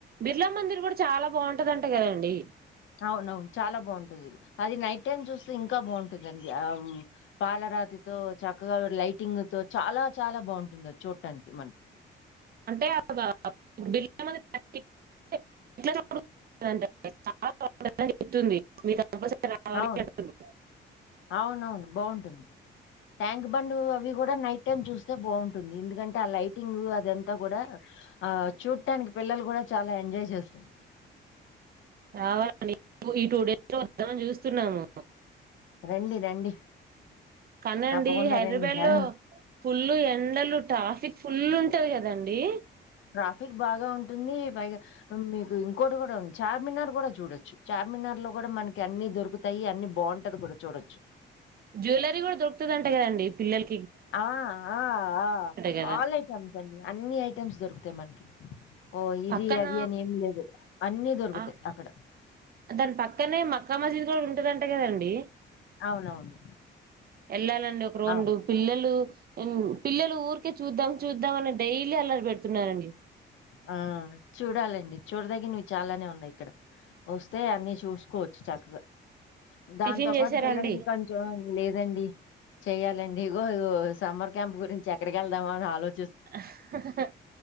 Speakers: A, on the right (about 50°); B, on the left (about 75°).
A: బిర్లా మందిర్ కూడ చాలా బాగుంటదంట కదండి
B: అవునవును చాలా బాగుంటుది అది నైట్ టైమ్ చూస్తే ఇంకా బాగుంటదండి ఆ పాలరాతితో చక్కగా లైటింగ్తో చాలా చాలా బాగుంటుంది అది చూడటానికి మనకి
A: <unintelligible> రావాలి
B: అవును
A: అంటుంది
B: అవునవును బాగుంటుంది ట్యాంక్ బండ్ అవి కూడా నైట్ టైమ్ చూస్తే బాగుంటుంది ఎందుకంటే ఆ లైటింగ్ ఆ అదంతా కూడా ఆ చూడటానికి పిల్లలు కూడా చాలా ఎంజాయ్ చేస్తరు
A: రావాలండి ఈ టూ డేస్ లో వద్దాం అని చూస్ స్తున్నాము
B: రండి రండి
A: కాదండి
B: తప్పకుండా
A: హైదరాబాద్
B: రండి.
A: లో
B: ఆ!
A: ఫుల్లు ఎండలు ట్రాఫిక్ ఫుల్ ఉంటది కదండి
B: ట్రాఫిక్ బాగా ఉంటుంది పైగా మీకు ఇంకోటి కూడా ఉంది చార్మినార్ కూడా చూడొచ్చు చార్మినార్ లో కూడా మనకి అన్ని దొరు రుత్తాయి అన్ని బాగుంటది కూడ చూడొచ్చు
A: జ్యూవెలరీ కూడా దొరుకుతది అంట కదండి పిల్లల్
B: ఆ ఆ ఆ
A: కదా
B: ఆల్ ఐటమ్స్ అండి అన్ని ఐటమ్స్ దొరుకుతాయి మనకి ఓ ఇది
A: పక్కన
B: అది అని ఏమి లేదు అన్ని దొరుకుతాయి
A: ఆ
B: అక్కడ
A: దాని పక్కనే మ కమజీది కూడ ఉంటదన్ కదండీ
B: అవునవును
A: ఏళ్ళాలండి ఒక రొండు
B: అవు
A: పిల్లలు హమ్ పిల్లలు ఊరికే చూద్దాం చూద్దాం అని డైలీ అల్లరి పెడుతున్నారండి
B: ఆ చూడాలండి చూడదగినవి చాలానే ఉన్నాయి ఇక్కడ వస్తే అన్నీ చూసుకోవచ్చు చక్కగ దాంతో
A: టిఫిన్
B: పాటు
A: చేసారండి
B: పిల్లలకి కొంచెం లేదండి చెయ్యాలండి ఇగో ఇగో సమ్మర్ క్యాంప్ గురించి ఎక్కడికి వెళ్దామ అని ఆలోచన
A: అ హహహ